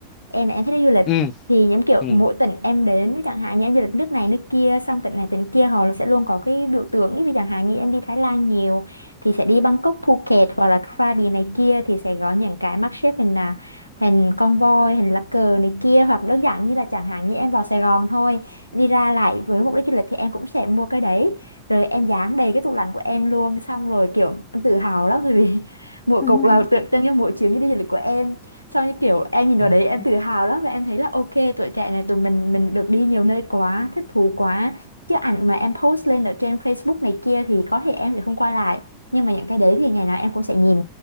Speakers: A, on the left (about 85°); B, on the left (about 35°).
A: em là em thích đi du lịch
B: ừ
A: thì những kiểu
B: ừ
A: mỗi tỉnh em đến chẳng hạn như em du lịch nước này nước kia xong tỉnh này tỉnh kia họ sẽ luôn có cái biểu tượng ví dụ chẳng hạn như em đi Thái Lan nhiều thì sẽ đi Bangkok Phuket hoặc là Krabi này kia thì sẽ có những cái mác xếp hình là hình con voi hình lá cờ này kia hoặc đơn giản như là chẳng hạn như em vào Sài Gòn thôi đi ra lại với mục đích du lịch thì em cũng sẽ mua cái đấy rồi em dán đầy cái tủ lạnh của em luôn xong rồi kiểu em tự hào lắm tại vì <laughs> mỗi
B: <laughs>
A: cục là tượng trưng cho mỗi chuyến đi du lịch của em xong như kiểu em nhìn vào
B: ừ
A: đấy em tự hào lắm và em thấy là ok tuổi trẻ này tụi mình mình được đi nhiều nơi quá thích thú quá chứ ảnh mà em post lên ở trên Facebook này kia thì có thể em sẽ không quay lại nhưng mà những cái đấy thì ngày nào em cũng sẽ nhìn